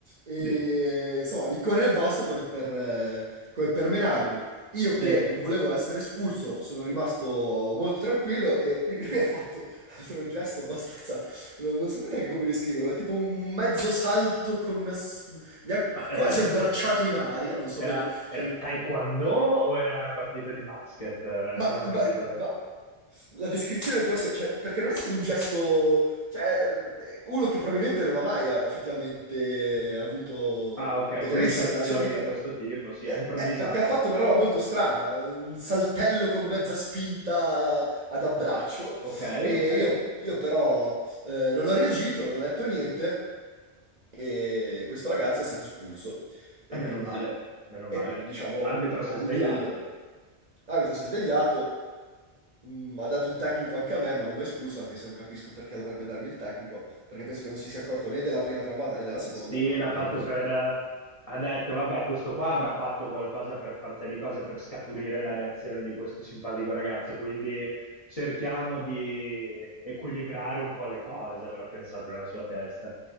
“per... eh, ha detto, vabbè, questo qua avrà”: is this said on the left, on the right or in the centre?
Left